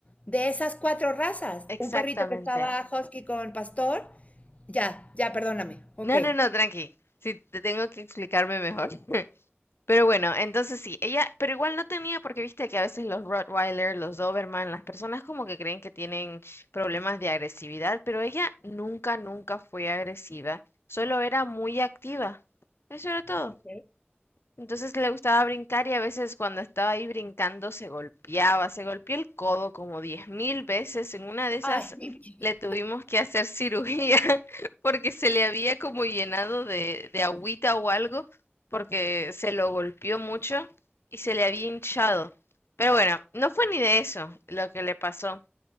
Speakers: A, on the left; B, on the left.
A: de esas cuatro razas.
B: Exactamente.
A: Un perrito que estaba husky con pastor. Ya, ya, perdóname. Ok.
B: No, no, no, tranqui. Sí, te tengo que explicarme mejor. <laughs> Pero bueno, entonces sí, ella, pero igual no tenía, porque viste que a veces los Rottweiler, los Doberman, las personas como que creen que tienen problemas de agresividad, pero ella nunca, nunca fue agresiva, solo era muy activa. Eso era todo.
A: Ok.
B: Entonces le gustaba brincar y a veces cuando estaba ahí brincando se golpeaba, se golpeó el codo como diez mil veces. En una de esas
A: Ay, mi vida.
B: le tuvimos que hacer cirugía <laughs> porque se le había como llenado de, de agüita o algo porque se lo golpeó mucho y se le había hinchado. Pero bueno, no fue ni de eso lo que le pasó.